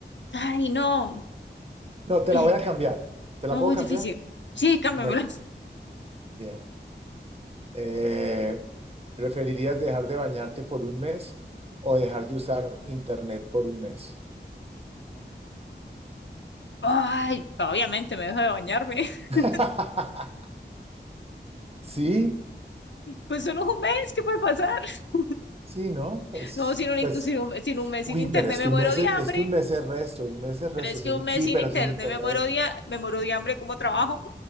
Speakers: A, on the left; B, on the right.
A: Ay, no.
B: No,
A: <laughs>
B: te la voy a cambiar. ¿Te la
A: No,
B: puedo
A: muy
B: cambiar?
A: difícil. Sí, cámbiamela.
B: Bueno,
A: <laughs>
B: bien. Eh, ¿preferirías dejar de bañarte por un mes o dejar de usar internet por un mes?
A: Ay, obviamente me dejo de bañarme. <laughs>
B: <laughs> Sí,
A: Pues solo es un mes, ¿qué puede pasar? <laughs>
B: sí, ¿no? Pues,
A: No, sin un,
B: pues,
A: intu- sin un, sin un mes
B: uy,
A: sin internet
B: pero es
A: me
B: que
A: muero
B: un mes
A: de
B: es,
A: hambre.
B: es que un mes es resto, un mes es resto.
A: Pero es
B: Sin,
A: que un mes
B: sí,
A: sin
B: pero
A: internet
B: sin internet,
A: me muero de, ha- me muero de hambre, ¿cómo trabajo?